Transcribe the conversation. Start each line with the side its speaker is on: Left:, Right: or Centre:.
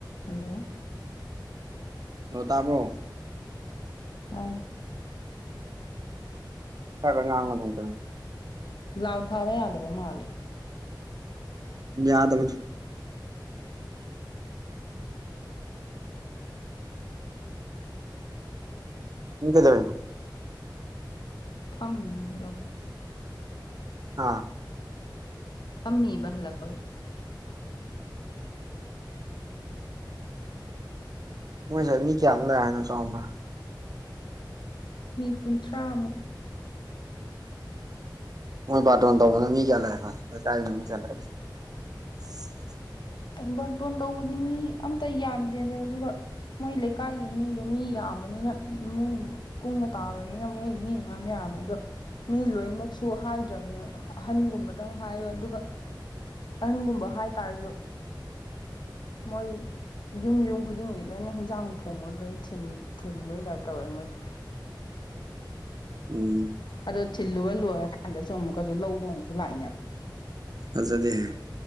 Left: Hello
Right: ꯑꯣ ꯇꯥꯕ꯭ꯔꯣ
Left: ꯇꯥꯏ
Right: ꯈꯔꯈꯛ ꯉꯥꯡꯉ‌ꯣ ꯑꯗꯨꯝ ꯀꯩꯟ
Left: ꯂꯥꯎꯠ ꯊꯥꯕ ꯌꯥꯗꯕ ꯃꯥꯜꯂꯦ
Right: ꯌꯥꯗꯕ ꯅꯪ ꯀꯩꯗꯧꯏꯅꯣ
Left: ꯐꯝꯃꯤ
Right: ꯍꯥ
Left: ꯐꯝꯃꯤꯕ ꯍꯜꯂꯛꯄꯩ
Right: ꯃꯣꯏꯁꯦ ꯃꯤ ꯀꯌꯥꯃꯨꯛ ꯂꯥꯛꯑ‌ꯦ ꯍꯥꯏꯅ‌ꯣ ꯆꯥꯎꯕ
Left: ꯃꯤ ꯀꯨꯟꯊ꯭ꯔꯥꯃꯨꯛ
Right: ꯃꯣꯏ ꯕꯥꯔꯇꯣꯟ ꯇꯧꯕꯗ ꯃꯤ ꯀ꯭ꯌꯥ ꯂꯥꯛꯑꯦꯕ ꯂꯥꯏꯀꯥꯏ <unintelligible>
Left: ꯕꯥꯔꯗꯣꯟ ꯇꯧꯕꯗꯤ ꯃꯤ ꯑꯝꯇ ꯌꯥꯝꯗꯦꯗ ꯑꯗꯨꯒ ꯃꯣꯏ ꯂꯩꯀꯥꯏꯒꯤ ꯃꯤꯗꯣ ꯃꯤ ꯌꯥꯝꯕꯅꯤꯅ ꯏꯃꯨꯡꯗꯣ ꯀꯨꯡꯅ ꯇꯥꯕꯅꯤꯅ ꯃꯣꯏ ꯃꯤ ꯃꯌꯥꯝ ꯌꯥꯝꯃꯦ ꯑꯗꯣ ꯃꯤ ꯂꯣꯏꯅꯃꯛꯁꯨ ꯍꯥꯏꯗ꯭ꯔꯕꯅꯦꯕ ꯑꯍꯟꯒꯨꯝꯕꯗꯪ ꯍꯥꯏꯕ ꯑꯗꯨꯒ ꯑꯍꯟꯒꯨꯝꯕ ꯍꯥꯏꯇꯥꯔꯁꯨ ꯃꯣꯏ ꯌꯨꯝ ꯌꯨꯝ ꯈꯨꯗꯤꯡꯒꯤ ꯂꯣꯏꯅ ꯍꯤꯟꯖꯥꯡ ꯊꯣꯡꯉ ꯂꯣꯏ ꯊꯤꯟ ꯊꯤꯟꯕꯩ ꯇꯥꯏꯞ ꯇꯧꯋ‌ꯦ ꯃꯣꯏꯁꯦ
Right: ꯎꯝ
Left: ꯑꯗꯣ ꯊꯤꯜꯂꯨꯒ ꯂꯣꯏꯔꯀꯥꯟꯗꯁꯨ ꯑꯃꯨꯛꯀꯁꯨ ꯂꯧꯕ ꯑꯃꯨꯛꯁꯨ ꯂꯥꯛꯏꯅ‌ꯦ
Right: ꯐꯖꯗ‌ꯦꯍ‌ꯦ